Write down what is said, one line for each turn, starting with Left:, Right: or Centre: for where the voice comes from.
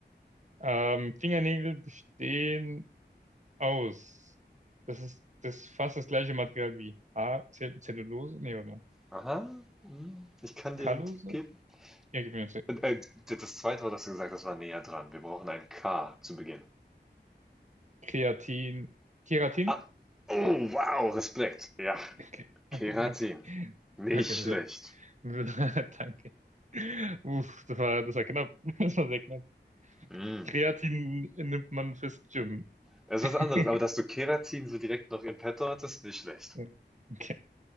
Right: Ähm, Fingernägel bestehen aus. Das ist das fast das gleiche Material wie A, Zell Zellulose. Nee, warte mal.
Centre: Aha, hm, ich kann
Right: Callose?
Centre: dir einen Tipp geben.
Right: Ja, gib mir
Centre: Äh, äh, d- das zweite, Wort hast du gesagt das war näher dran. Wir brauchen ein K zu Beginn.
Right: Kreatin. Keratin?
Centre: Ah, oh, wow, Respekt. Ja,
Right: Okay,
Centre: Keratin.
Right: okay, okay.
Centre: Nicht
Right: Danke sehr.
Centre: schlecht.
Right: <laughs> Danke. Uff, das war, das war knapp. <laughs> Das war sehr knapp.
Centre: Hm.
Right: Kreatin nimmt man fürs Gym.
Centre: Das ist
Right: <laughs>
Centre: was anderes, aber dass du Keratin so direkt noch im Petto hattest, nicht schlecht.
Right: Ja, okay.